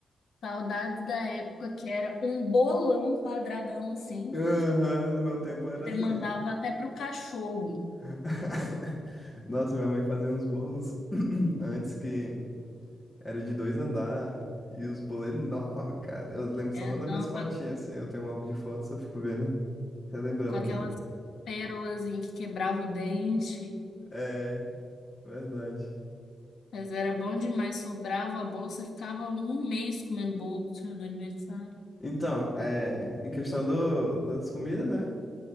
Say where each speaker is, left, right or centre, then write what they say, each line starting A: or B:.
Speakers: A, on the left (about 80°); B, on the left (about 30°).
A: Saudades da época que era um bolão quadradão assim.
B: Aham, no meu tempo era
A: Você
B: assim.
A: mandava até pro cachorro,
B: <laughs> Nossa, minha mãe fazia uns bolos <clears throat> antes que era de dois andar e os bolos enormes, cara. Eu lembro
A: né?
B: só nas
A: Não,
B: minhas fotinhas,
A: com, a-
B: assim. Eu tenho um álbum de fotos, eu fico vendo, relembrando.
A: com aquelas pérolas em que quebrava o dente.
B: É, verdade.
A: Mas era bom demais, sobrava a bolo, você ficava um mês comendo bolo do seu- do aniversário.
B: Então, é, em questão do, das comidas, né?